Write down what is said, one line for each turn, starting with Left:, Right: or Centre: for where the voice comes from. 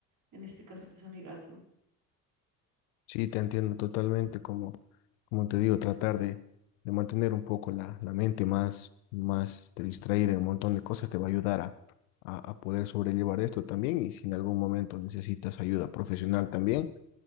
Right: en este caso pues a mi gato.
Left: Sí, te entiendo totalmente, como, como te digo, tratar de, de mantener un poco la, la mente más, más este, distraída en un montón de cosas te va a ayudar a, a, a poder sobrellevar esto también y si en algún momento necesitas ayuda profesional también,